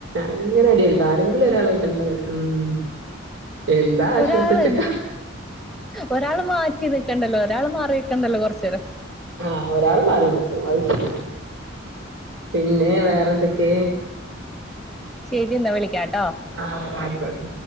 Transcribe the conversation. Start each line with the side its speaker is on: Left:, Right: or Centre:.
Right: അങ്ങനെ അടിയായ്ക്കും ആരെങ്കിലും ഒരാളായിട്ട് ണ്ടാകും ഉം എന്താ ആശ്വസിച്ചിട്ടാ
Centre: ഒരാളെ ഒരാള് മാറ്റി നിക്കണ്ടല്ലോ ഒരാള് മാറിനിക്കണ്ടല്ലോ കൊറച്ച്നേരം
Right: ആഹ് ഒരാള് മാറിനിക്കും അത് ശരിയാണ് പിന്നെ വേറെ എന്തെക്കെ
Centre: ശരി എന്നാ വിളിക്കാട്
Right: ആ ആയിക്കോട്ടെ